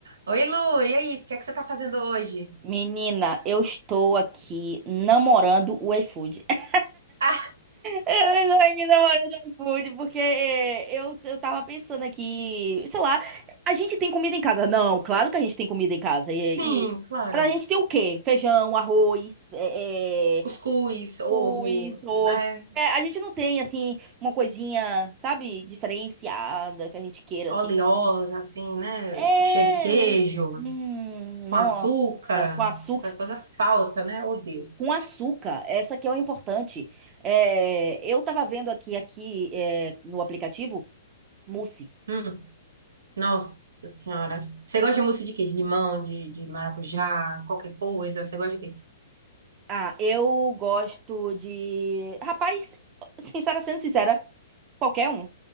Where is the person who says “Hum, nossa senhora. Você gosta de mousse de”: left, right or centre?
Right